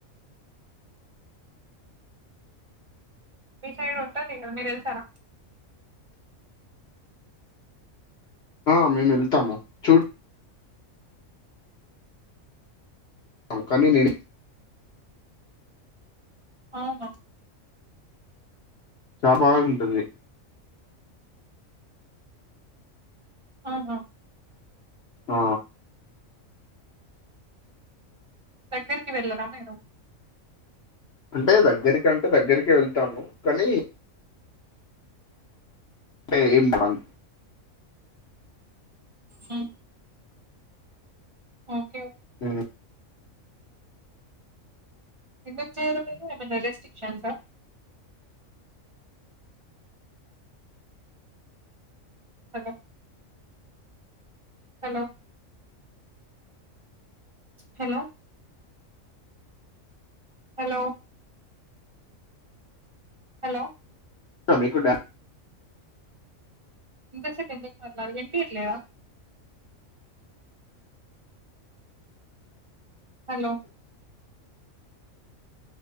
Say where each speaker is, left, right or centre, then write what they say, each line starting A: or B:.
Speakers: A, on the right; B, on the left.
A: మీ సైడ్ ఉంటది గద మీరేఎల్తారా
B: ఆ మేము వెళ్తాము చూడు అవు కాని నేను
A: అవునా
B: చాల్ బాగుం ఉంటుంది
A: హ హ
B: ఆ
A: దగ్గరికి వెళ్ళరా మీరు
B: అంటే దగ్గరి కంటే దగ్గరికి వెళ్ తాము కనీ టే ఏయిమ్ <inaudible>
A: ఉహు అ
B: మ్
A: ఎందుకు చేయిరు మీరు ఏమన్నా రెస్టిక్ <inaudible> సా hello hello hello hello hello
B: ఆ మీక్ కూడా
A: ఇంత సేపు ఎందుకు అట్లా <inaudible> వినిపియ్యట్లేదా హలో